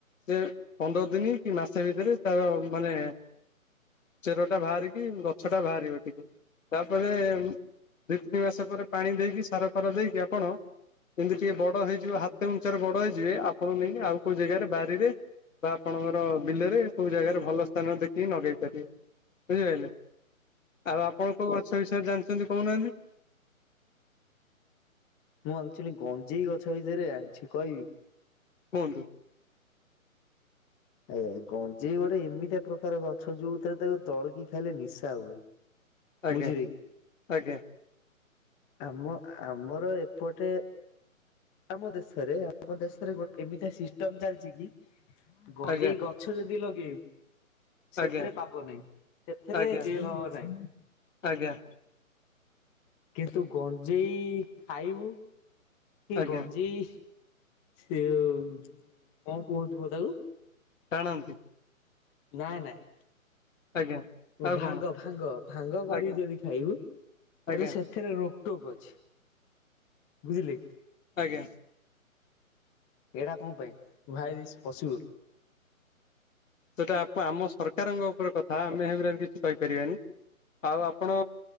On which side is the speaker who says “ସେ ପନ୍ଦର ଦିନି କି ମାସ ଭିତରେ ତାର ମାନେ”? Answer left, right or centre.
Left